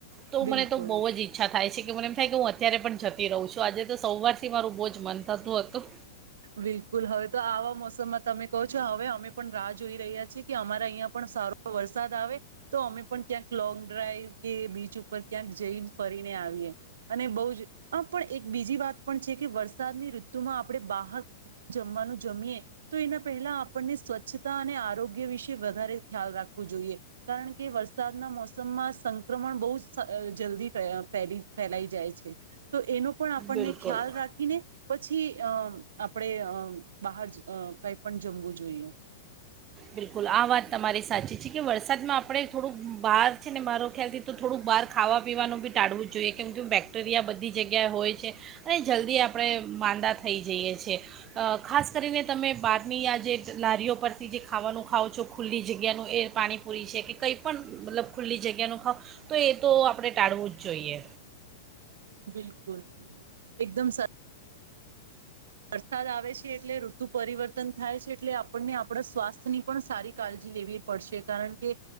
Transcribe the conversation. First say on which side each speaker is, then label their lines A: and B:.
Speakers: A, on the right (about 30°); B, on the right (about 60°).
A: તો મને
B: બિલકુલ
A: તો બોવ જ ઈચ્છા થાય છે, કે મને એમ થાય કે હું અત્યારે પણ જતી રઉ છુ. આજે તો સૌ વારથી મારું બોજ મન થતું હતું.
B: બિલકુલ. હવે તો આવા મોસમમા તમે કઓ છો અવે અમે પણ રાહ જોઈ રહ્યા છે, કે અમારા અઈંયા પણ સા રો વરસાદ આવે. તો અમે પણ ક્યાંક લોંગ ડ્રાઈવ કે બીચ ઉપર ક્યાંક જઈન ફરીને આવીએ. અને બઉ જ આંમ પણ એક બીજી વાત પણ છે, કે વરસાદની ઋતુમાં આપણે બાહા જમવાનું જમીએ તો એના પહેલા આપણને સ્વચ્છતા અને આરોગ્ય વિશે વધારે ખ્યાલ રાખવો જોઈએ. કારણ કે વરસાદના મોસમમાં સંક્રમણ બોઉ જ સ જલ્દી ફેઅ ફેલી ફેલાઈ જાય છે. તો એનુ પણ આપણને
A: બિલકુલ
B: ખ્યાલ રાખીને, પછી અ આપડે અ બાહાર જ અ કઈ પણ જમવું જોઈએ.
A: બિલકુલ આ વાત તમારી સાચી છે, કે વરસાદમાં આપણે થોડુંક બાર છે ને મારો ખ્યાલથી તો થોડુંક બાર ખાવા પીવાનું બી ટાળવું જ જોઈએ, કેમ કે બેક્ટેરિયા બધી જગ્યાએ હોય છે. અળે જલ્દી આપડણે માંદા થઈ જઈએ છે. અ ખાસ કરીને તમે બારની આ જે લારીઓ પરથી જે ખાવાનું ખાવ છો, ખુલ્લી જગ્યાનું એ પાણીપુરી છે કે કંઈ પણ મતલબ ખુલ્લી જગ્યાનું ખવ તો એ તો આપણે ટાળવું જ જોઈએ.
B: બિલકુલ, એકદમ સા વરસાદ આવે છે એટલે ઋતુ પરિવર્તન થાય છે એટલે આપણને આપણા સ્વાસ્થ્યની પણ સારી કાલજી લેવી પડશે. કારણ કે